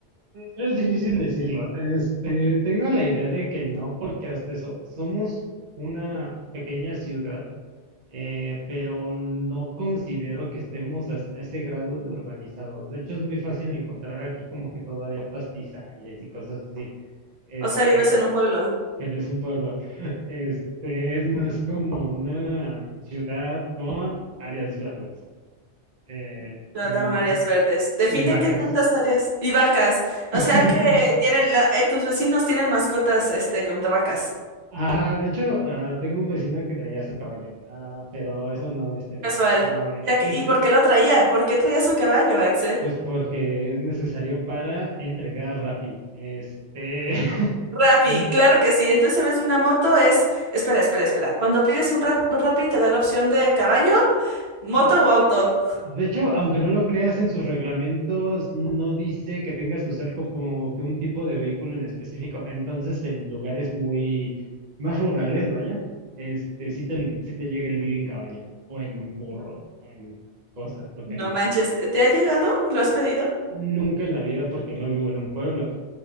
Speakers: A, on the right (about 40°); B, on the right (about 60°).
A: es difícil decirlo. Este, tengo la idea de que no, porque hasta eso, somos una pequeña ciudad, eh, pero no considero que estemos a, a ese grado de urbanizados. De hecho, es muy fácil encontrar aquí como que todavía pastizales y cosas así. Este,
B: O sea, vives en un pueblo,
A: que no es un pueblo. <laughs> Este, es más como una ciudad con áreas verdes, eh,
B: ¿verdad?
A: y,
B: Con áreas verdes. Define
A: y vacas.
B: qué tantas áreas y vacas. O
A: <laughs>
B: sea que tienen la- eh, tus vecinos tienen mascotas, este, como de vacas.
A: Ah, de hecho, ah, tengo un vecino que traía su caballo, ah, pero eso no es tema.
B: Casual.
A: Am,
B: ¿Y, aquí-
A: es,
B: y por
A: es,
B: qué lo traía? ¿Por qué traía su caballo, Axel?
A: pues porque es necesario para entregar Rappi. Este, <laughs>
B: Rappi,
A: n-
B: claro que sí. Entonces si ves una moto, es, espera, espera, espera. Cuando pides un, ra- un Rappi te da la opción de caballo, moto
A: ah,
B: o auto.
A: de hecho, aunque no lo creas en sus reglamentos, no dice que tengas que usar co- como que un tipo de vehículo en específico. Entonces, en lugares muy más rurales, vaya, este, sí te, sí te llega el día en caballo, o en burro, o en cosas, lo que haya.
B: No manches, ¿te te ha llegado? ¿Lo has pedido?
A: Nunca en la vida porque no vivo en un pueblo,